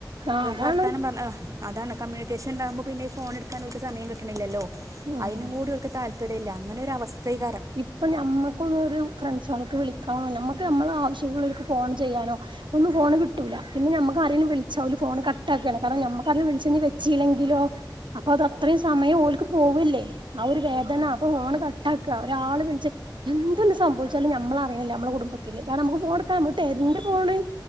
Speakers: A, on the right; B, on the right.
A: ആഹ് അതാണ്
B: വർത്താനം പറ അതാണ് കമ്മൂണിക്കേഷൻ ഇണ്ടാവുമ്പോ പിന്നെ ഈ ഫോൺ എടുക്കാൻ ഓൽക്ക് സമയം സമയം കിട്ട്ണില്ലല്ലോ
A: ഉം
B: അയിനും കൂടി ഓൽക്ക് താല്പര്യം ഇല്ല അങ്ങനെ ഒരു അവസ്ഥയിക്കാരം
A: ഇപ്പോ ഞമ്മക്കൊന്നും ഒരു ഫ്രണ്ട്സാൾക്ക് വിളിക്കാ നമ്മക്ക് നമ്മളെ ആവശ്യള്ളോർക്ക് ഫോൺ ചെയ്യാനോ ഒന്നും ഫോണ് കിട്ടൂല പിന്നെ ഞമ്മക്ക് ആരേലും ഫോണ് വിളിച്ചാ ഓല് ഫോണ് കട്ട് ആക്കാണ് കാരണം ഞമ്മക്ക് ആരേലും വിളിച്ച് കഴിഞ്ഞാ വെച്ചീലെങ്കിലോ അപ്പോ അത് അത്രയും സമയം ഓൽക്ക് പോവല്ലെ ആ ഒരു വേദന അപ്പോ ഫോണ് കട്ടാക്ക ഒരാള് വിളിച്ച എന്തങ്ങ്ട്ട് സംഭവിച്ചാലും ഞമ്മള് അറിയിണില്ല ഞമ്മളെ കുടുംബത്തില് കാരണം നമ്മക്ക് ഫോണ് എടുക്കാൻ നമ്മക്ക് തരണ്ടെ ഫോണ്